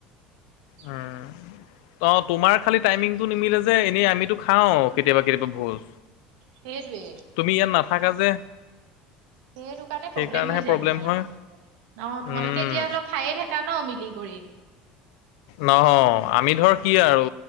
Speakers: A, on the right; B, on the left.
A: <unintelligible>
B: উম। অ', তোমাৰ খালি টাইমিংটো নিমিলে যে, এনেই আমিতো খাও কেতিয়াবা কেতিয়াবা ভোজ।
A: সেইটোৱে
B: তুমি ইয়াত নাথাকা যে
A: সেইটো কাৰণে
B: সেইকাৰণেহে
A: প্ৰব্লেম হৈ যায়
B: প্ৰব্লেম
A: মানে আৰু,
B: হয়
A: অ', তোমালোকে
B: উম।
A: এতিয়া ধৰিল খাইয়ে থাক কা ন মিলি কৰি।
B: নহ আমি ধৰ কি আৰু